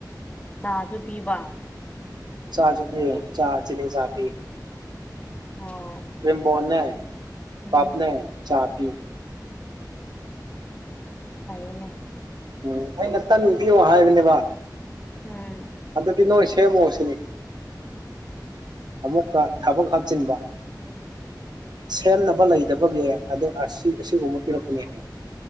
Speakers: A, on the left; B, on the right.
A: ꯆꯥꯁꯨ ꯄꯤꯕ
B: ꯆꯥ ꯆ ꯄꯤ ꯆꯥ ꯆꯤꯅꯤ ꯆꯥ ꯄꯤ
A: ꯑꯣ
B: ꯀ꯭ꯔꯤꯝꯕꯅꯦ
A: ꯎꯝ
B: ꯄꯄꯅꯦ ꯆꯥꯄꯤ
A: ꯐꯅꯦ
B: ꯎꯝ ꯑꯩꯅ ꯇꯟ ꯄꯤꯌꯣ ꯍꯥꯏꯕꯅꯦꯕ
A: ꯎꯝ
B: ꯑꯗꯗꯤ ꯅꯣꯏ ꯁꯦꯝꯃꯣꯁꯤꯅꯤ ꯑꯃꯨꯛꯀ ꯊꯕꯛ ꯍꯥꯞꯆꯤꯟꯕ ꯁꯦꯝꯅꯕ ꯂꯩꯗꯕꯒꯤ ꯑꯗꯣ ꯑꯁꯤ ꯑꯁꯤꯒꯨꯝꯕ ꯄꯤꯔꯛꯄꯅꯤ ꯍꯥꯏ